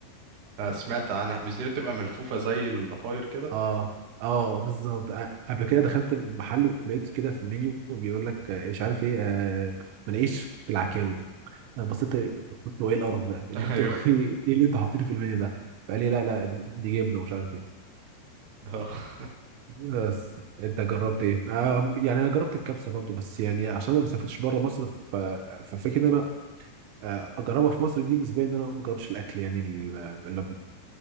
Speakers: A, on the right; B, on the right.
A: سمعت عنها مش دي اللي بتبقى ملفوفة زي الضفاير كده
B: اه اه بالظبط آه، قبل كده دخلت محل ولقيت كده في المنيو بيقول لك آه، مش عارف ايه آه مناقيش بالعكاوي انا بصيت قلت هو ايه القرف ده إيه
A: <laughs>
B: اللي انتوا
A: ايوه
B: <laughs> ايه اللي انتوا حاطينه في المنيو ده فقال لي لا لا دي دي جبنه ومش عارف ايه
A: اه
B: بس انت جربت ايه؟ آه يعني انا جربت الكبسه برضو بس يعني عشان انا ما سافرتش بره مصر ف- ففكره ان انا آه، اجربها في مصر دي بالنسبه لي ان انا ما جربش الاكل يعني ال- اللي